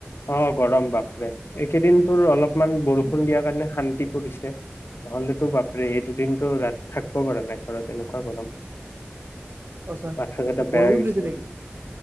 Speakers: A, on the left; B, on the right.
A: অ', গৰম বাপৰে এইেদিন তোৰ অলপমান বৰষুণ দিয়াৰ কাৰণে শান্তি পৰিছে নহ'লেতো বাপ্পৰে এই দুদিনতো ৰাতি থাকিব পৰা নাই ঘৰত এনেকুৱা গৰম।
B: আচ্ছা
A: মাথা চাথা
B: বৰষুণ
A: বেয়া হৈ গৈছে
B: দিছে নেকি?